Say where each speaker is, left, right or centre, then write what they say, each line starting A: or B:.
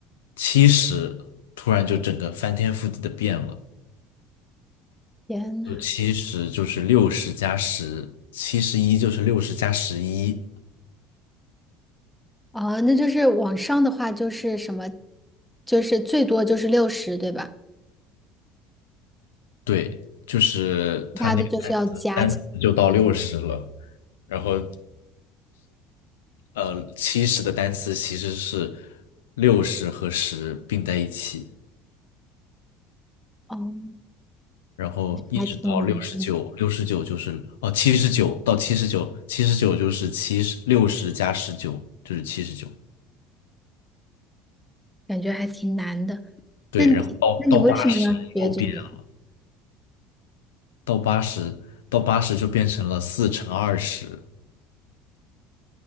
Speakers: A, on the left; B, in the centre.
A: 七十，突然就整个翻天覆地的变了，
B: 天呐，
A: 就七十就是六十加十，七十一就是六十加十一，
B: 哦，那就是往上的话就是什么，就是最多就是六十，对吧？
A: 对，就是它那个单词单词就到六十了。
B: 其他的就是要加起，
A: 然后呃，七十的单词其实是六十和十并在一起，
B: 哦，
A: 然后一直到六十九，
B: 还挺难的，
A: 六十九就是哦，七十九到七十九，七十九就是七十六十加十九就是七十九，
B: 感觉还挺难的。
A: 对，
B: 那你那你为什么要学这个？
A: 然后到到八十又变了
B: 呀？
A: 到八十到八十就变成了四乘二十